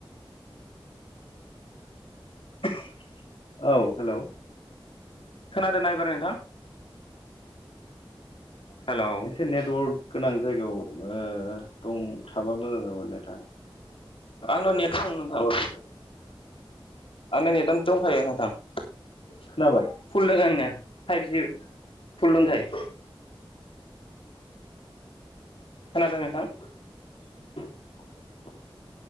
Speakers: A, on the left; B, on the left.
A: <inaudible>
B: औ हेलौ
A: खोनादोना एबार नोंथां? हेलौ
B: एसे नेटवर्क गोनां जायगायाव ओ दं थाबा मोजां जागौमोन नोंथांङा।
A: आंना नेट दं नोंथां औस आंना नेटआनो दंखायो नोंथां। फुल
B: खोनाबाय
A: दोङो आंनिया फाइबजि। फुल दंखाय खोनादों नोंथां?
B: <inaudible>